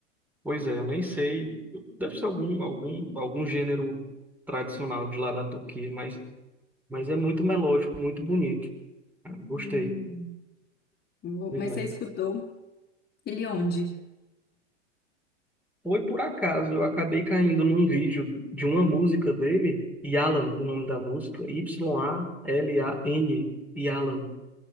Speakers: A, in the centre; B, on the left.
A: Pois é, eu nem sei. Deve ser algum algum algum gênero tradicional de lá da Turquia, mas Mas é muito melódico, muito bonito. Ah, Gostei.
B: Hum, vou-
A: Pois
B: mas
A: é.
B: você escutou ele onde?
A: Foi por acaso, eu acabei caindo num vídeo de uma música dele, Yalan, o nome da música, Y-A-L-A-N, Yalan.